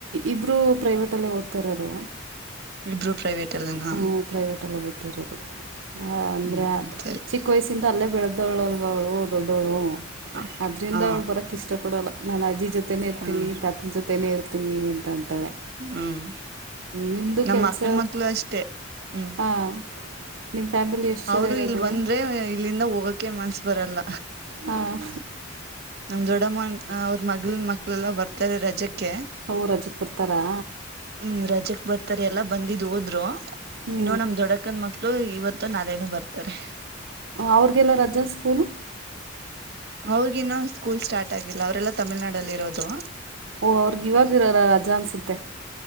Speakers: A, on the right; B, on the right.
A: ಇಬ್ಬರು ಪ್ರೈವೇಟಲ್ಲೇ ಓದ್ತಿರೋದು
B: ಇಬ್ರು ಪ್ರೈವೇಟ್ ಅಲ್ಲನಾ
A: ಹ್ಮ್ ಪ್ರೈವೇಟ ಅಲ್ಲೇ ಓದತ್ತಿರೋದು ಆ ಅಂದ್ರೆ
B: ಹ್ಮ್ ಹ್ಮ್ ಸರಿ
A: ಚಿಕ್ಕ ವಯಸ್ಸಿಂದ ಅಲ್ಲೇ ಬೆಳೆದವಳಲ ದೊಡ್ಡವಳು
B: ಹ
A: ಅದ್ರಿಂದ
B: ಹಾ
A: ಅವಳು ಬರಕ ಇಷ್ಟ ಪಡಲ್ಲ ನಾನಿ <unintelligible> ಜೊತೆನೆ ಇರ್ತಿನಿ
B: ಹ್ಮ್
A: ತಾತನ ಜೊತೆೇ ಇರ್ತ ತಿನಿ ಅಂತ ಅಂತಾಳೆ
B: ಹ್ಮ್
A: ನಿಮ್ಮದು
B: ನಮ್ಮ
A: ಕೆಲಸ
B: ಅಕ್ಕನ ಮಕ್ಳು ಅಷ್ಟೇ ಹ್ಮ್
A: ಹಾಂ ನಿಮ್ಮ ಫ್ಯಾಮಿಲಿ ಎಷ್ಟು ಜನ
B: ಅವರು
A: ಇರೋದು
B: ಇಲ್ ಬಂದ್ರೆ ಇಲ್ಲಿಂದ ಹೋಗೋಕ ಮನ್ಸ ಬರಲ್ಲ
A: ಹಾಂ
B: ನಮ ದೊಡ್ಡಮ್ಮ ಅವ್ರ ಮಗ್ಲನ್ ಎಲ್ಲ ಬರ್ತಾರೆ ರಜೆಕ್ ಕ್ಕೆ
A: ಅವರು ರಜಕ್ಕೆ ಬರ್ತಾರಾ
B: ಹುಂ ರಜೆಕ್ ಬರ್ತಾರೆ ಎಲ್ಲ ಬಂದಿದ್ ಹೋದರು
A: ಹ್ಞೂ
B: ಇನ್ನೂ ನಮ್ಮ ದೊಡಕ್ಕನ್ ಮಕ್ಕಳು ಇವತ್ತು ಅತ್ತೆ ನಾದ್ನೆನೇನು ಬರ್ತಾರೆ
A: ಅವ್ರಿಗೆಲ್ಲ ರಜಾ ಸ್ಕೂಲ್
B: ಅವರಿಗಿನ್ನು ಸ್ಕೂಲ್ ಸ್ಟಾರ್ಟ್ ಆಗಿಲ್ಲ ಅವರೆೆಲ್ಲಾ ತಮಿಳನಾಡೆಲ್ಲಿರುವುದು
A: ಓಹೋ ಅವರಿಗಿ ಇವಾಗ ಇರಾರ ರಜಾ ಅನ್ಸುತ್ತೆ